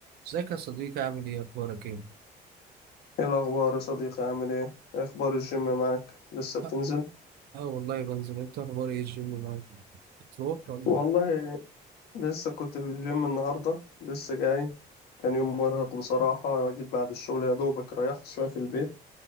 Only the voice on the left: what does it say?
ايه الاخبار يا صديقي عامل ايه إيه اخبار الجيم معاك لسه بتنزل
والله
لسه كنت في الجيم النهارده لسه جاي كان يوم مرهق بصراحه جيت بعد الشغل يا دوبك ريحت شويه في البيت